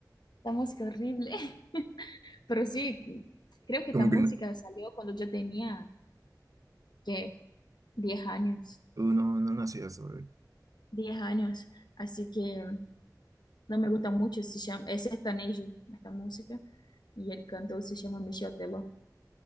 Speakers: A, on the left; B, on the right.
A: esta música horrible. <laughs> Pero sí, creo que
B: Como
A: esta música
B: que no,
A: salió cuando yo tenía, ¿qué? diez años.
B: tú no, no nacías sobre,
A: diez años. Así que. no me gusta mucho, se llama, es ellos esta música, y el cantor se llama Michel Teló.